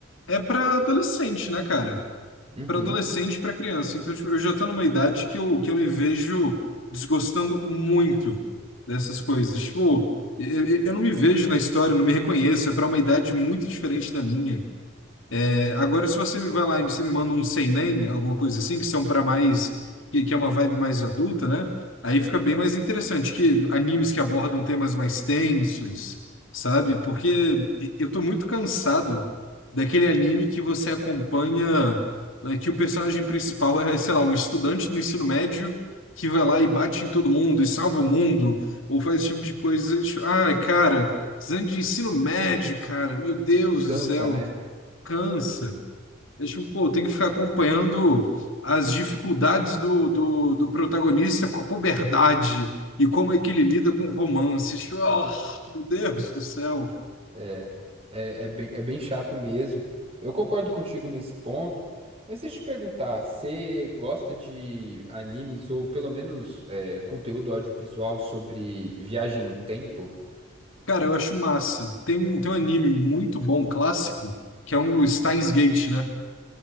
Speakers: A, on the left; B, on the right.
A: é pra adolescente, né, cara?
B: uhum.
A: para adolescente, e para criança. Então, tipo, eu já estou numa idade que eu, que eu me vejo desgostando muito dessas coisas. Tipo, eu, eu eu não me vejo na história, não me reconheço, é para uma idade muito diferente da minha. É, Agora, se você me vai lá e você me manda um seinen, alguma coisa assim, que são para mais, que, que é uma vibe mais adulta, né? Aí fica bem mais interessante, que animes que abordam temas mais tensos, sabe? Porque eu tô muito cansado daquele anime que você acompanha, eh, que o personagem principal é, sei lá, um estudante do ensino médio que vai lá e bate em todo mundo e salva o mundo, ou faz esse tipo de coisa. Ai, cara, precisando de ensino médio, cara, meu Deus
B: É, cansa,
A: do céu,
B: né?
A: cansa. É tipo, pô, tem que ficar acompanhando as dificuldades do, do, do protagonista com a puberdade e como é que ele lida com romances. Tipo, oh, meu Deus do céu.
B: É, é, é bem, é bem chato mesmo. Eu concordo contigo nesse ponto, mas deixa eu te perguntar, você gosta de animes ou pelo menos é, conteúdo audiovisual sobre viagem no tempo?
A: Cara, eu acho massa. Tem um, tem um anime muito bom, clássico, que é um Steins Gate, né?